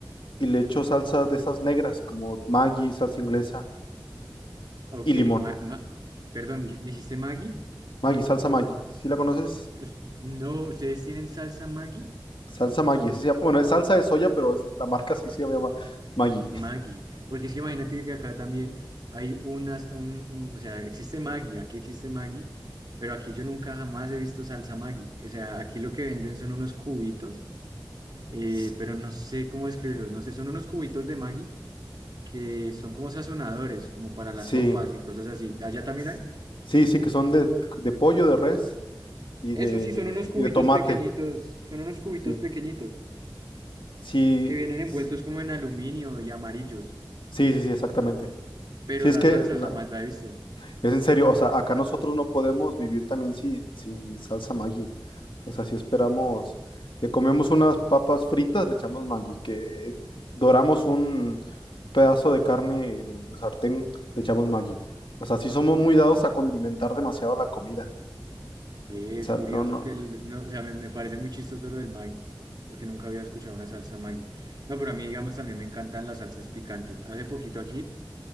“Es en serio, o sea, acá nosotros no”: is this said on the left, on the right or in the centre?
Left